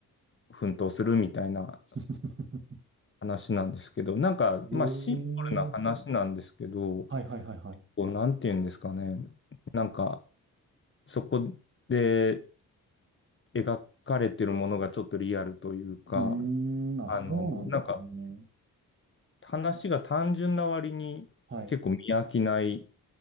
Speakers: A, on the left; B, on the right.
A: 奮闘するみたいな
B: い。<laughs>
A: 話なんですけど、なんかまあシンプルな話なんですけど、
B: ええ。はい、はい、はい、はい。
A: こうなんていうんですかね、なんかそこで描かれてるものがちょっとリアルというか、
B: うーん。あ、
A: あの、
B: そうなんですね。
A: なんか話が単純な割に結構見飽きない
B: はい。